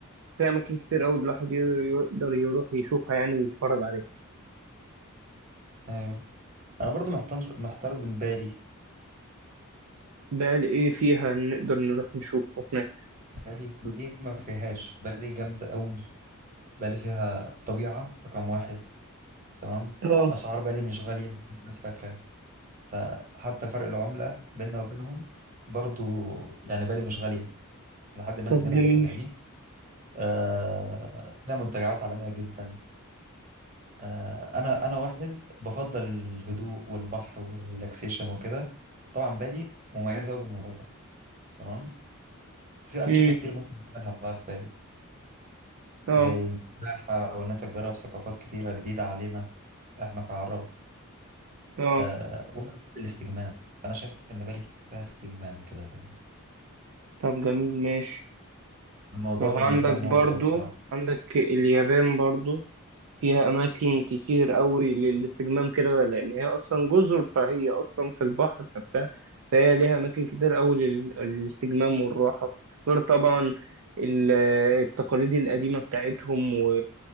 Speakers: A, on the right; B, on the right.
A: فيها أماكن كتير قوي الواحد ي- يقدر يروح يشوفها يعني ويتفرج عليها
B: أيوه أنا برضه محتار محتار بين بالي
A: بقى إيه فيها نقدر نروح نشوفه هناك
B: بالي إيه ما فيهاش بالي جامدة أوي بالي فيها طبيعة رقم واحد تمام
A: اه
B: أسعار بالي مش غالية زي ما الناس فاكرة ف- حتى فرق العملة بيننا وبينهم برضه يعني بالي مش غالية لحد ما
A: طب
B: نسبيا
A: جميل
B: رخيصة فاهمني؟ آه فيها منتجعات عالمية جدا آه، انا انا واحد بفضل الهدوء والبحر والريلاكسيشن وكده طبعا بالي مميزه قوي بالموضوع ده تمام في انشطه
A: مم.
B: كتير ممكن نعملها بقى في بالي
A: اه
B: زي السباحه او ان انت تجرب ثقافات كتيره جديده علينا احنا كعرب
A: اه
B: آه وأنا الاستجمام انا شايف ان بالي فيها استجمام كده فاهم
A: طب جميل ماشي
B: الموضوع
A: ما هو
B: بالنسبه
A: عندك
B: لي مغري
A: برضو
B: قوي بصراحه
A: عندك اليابان برضو فيها أماكن كتير قوي للاستجمام كده لأن هي أصلا جزر فهي أصلا في البحر فبتاع فهي ليها أماكن كتير قوي لل- للاستجمام والراحة غير طبعا ال- التقاليد القديمة بتاعتهم و...